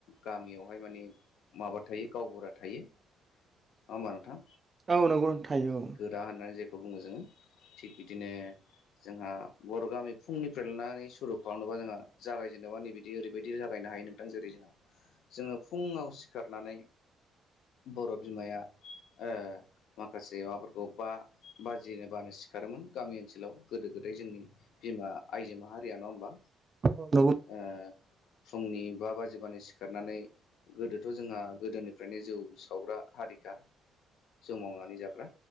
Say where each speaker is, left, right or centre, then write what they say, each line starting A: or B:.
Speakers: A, on the left (about 80°); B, on the right (about 30°).
A: गामियावहाय माने माबा थायो गावबुरा थायो नङा होनबा नोंथां
B: औ नंगौ थायो औ।
A: दा होननानै जेखौ बुङो जोङो थिग बिदिनो जोंहा बर' गामि फुंनिफ्राय लानानै सुरु खालामनोबा जोंहा जागायजेननोबा नैबदि ओरैबायदि जागायनो हायो <unintelligible> जेरै जोंहा जोङो फुङाव सिखारनानै बर' बिमाया ओ माखासे माबाफोरखौ बा बाजिनो बानो सिखारोमोन गामि ओनसोलाव। गोदो गोदाय जोंनि बिमा आइजो माहारिया नङा होमबा?
B: औ नंगौ
A: ओ फुंनि बा बाजिबानो सिखारनानै गोदोथ' जोंहा गोदोनिफ्रायनो जौ सावग्रा हारिखा जौ मावनानै जाग्रा